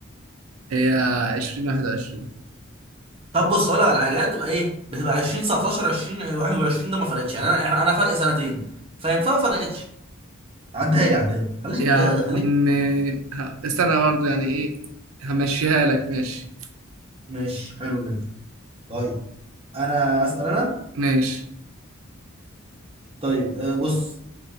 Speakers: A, on the right; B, on the right.
A: هي 2021
B: طب بص اقول لك على حاجه تبقى ايه بتبقى 2019 2021 ده ما فرقتش يعني انا يعني انا فرق سنتين فاهم فما فرقتش عدها لي عدها لي خليك
A: يا عم
B: خليك
A: ه- استنى برضه يعني ايه همشيها لك ماشي
B: ماشي حلو جدا طيب انا اسال انا
A: ماشي
B: طيب آه، بص